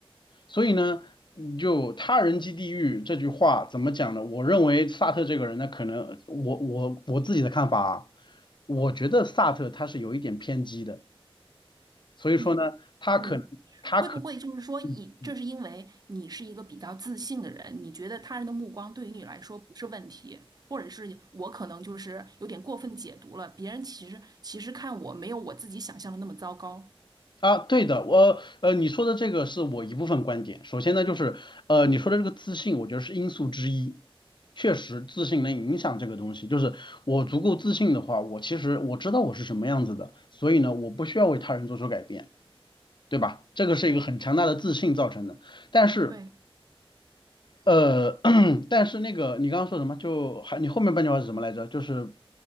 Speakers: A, on the left; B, on the right.
A: 所以呢，就他人即地狱这句话怎么讲呢？我认为萨特这个人呢，可能我我我自己的看法啊，我觉得萨特他是有一点偏激的。所以说呢，
B: 你
A: 他可能他可
B: 你会不会就是说以，
A: 嗯
B: 这是因为你是一个比较自信的人，你觉得他人的目光对于你来说不是问题，或者是我可能就是有点过分解读了，别人其实其实看我没有我自己想象的那么糟糕。
A: 啊，对的，我呃，你说的这个是我一部分观点。首先呢，就是呃，你说的这个自信，我觉得是因素之一。确实，自信能影响这个东西。就是我足够自信的话，我其实我知道我是什么样子的，所以呢，我不需要为他人做出改变。对吧？这个是一个很强大的自信造成的。但是，
B: 对，
A: 呃，<coughs> <clears throat> 但是那个你刚刚说什么？就还你后面半句话是什么来着？就是